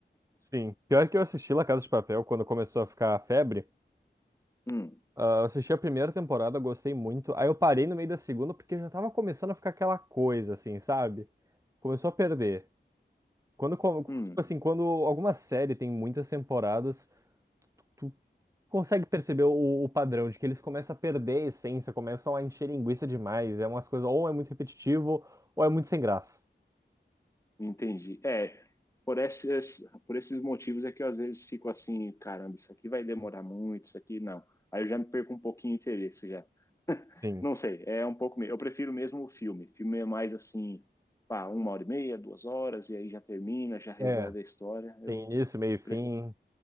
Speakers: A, on the right; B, on the left.
A: sim. Pior que eu assisti La Casa de Papel quando começou a ficar a febre.
B: Hum,
A: Ah, eu assisti a primeira temporada, gostei muito. Aí eu parei no meio da segunda porque já tava começando a ficar aquela coisa, assim, sabe? Começou a perder. Quando, co-
B: hum.
A: tipo assim, quando alguma série tem muitas temporadas tu, consegue perceber o, o padrão de que eles começam a perder a essência, começam a encher linguiça demais. É umas coisas, ou é muito repetitivo, ou é muito sem graça.
B: Entendi. É, por esses, por esses motivos é que eu às vezes fico assim, caramba, isso aqui vai demorar muito, isso aqui não. Aí eu já me perco um pouquinho de interesse já.
A: Sim.
B: Não sei, é um pouco. me- Eu prefiro mesmo o filme. Filme é mais assim, pá, uma hora e meia, duas horas, e aí já termina, já resolve
A: É,
B: a história. Eu,
A: tem início, meio e
B: eu
A: fim.